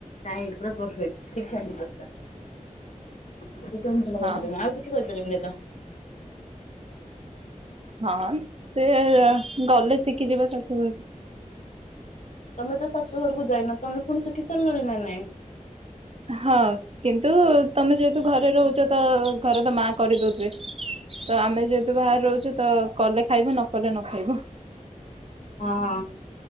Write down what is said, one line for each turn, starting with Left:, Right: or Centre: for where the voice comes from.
Left: ନାଇଁ ପୁରା ପରଫେକ୍ଟ ଠିକ୍ ଠାକ୍ <unintelligible> କିଛି କରିପାରିବିନି
Right: ହଁ
Left: ତ
Right: ହଁ ସିଏ ଗଲେ ଶିଖିଯିବ ଶାଶୁଘରକୁ।
Left: ତମେ ତ ଶାଶୁଘରୁକୁ ଯାଇନ ତମେ ପୁଣି ଶଖି ସାରିଲଣି ନା ନାଇଁ।
Right: ହଁ କିନ୍ତୁ ତମେ ଯେହେତୁ ଘରେ ରହୁଚ ତ ଘରେ ତ ମା କରିଦଉଥିବେ। ତ ଆମେ ଯେହେତୁ ବାହାରେ ରହୁଚୁ ତ କଲେ ଖାଇବୁ ନ କଲେ ନ ଖାଇବୁ।
Left: ହଁ।